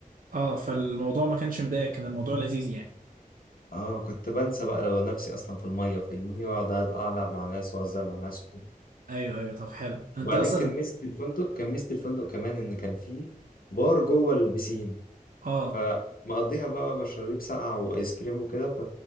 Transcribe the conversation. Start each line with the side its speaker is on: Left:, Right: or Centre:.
Right: اه فالموضوع ما كانش مضايق كان الموضوع لذيذ يعني
Left: اه كنت بنسى بقى نفسي اصلا في الميه فاهمني واقعد العب مع ناس واهزر مع ناس وكده
Right: ايوه ايوه طب حلو انت
Left: وبعدين
Right: اصلا
Left: كان ميزه الفندق كان ميزه الفندق كمان ان كان فيه بار جوه البسين
Right: اه
Left: فمقضيها بقى مشاريب ساقعة وآيس كريم وكده ف